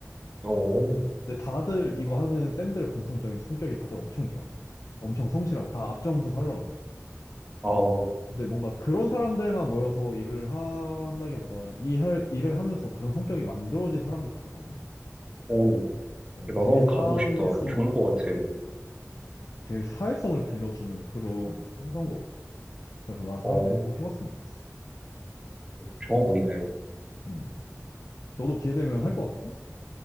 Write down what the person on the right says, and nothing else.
어,
아, 어,
어,
나도
한번
가보고 싶다. 좋을 것 같아.
어,
어,
좋아 보이네.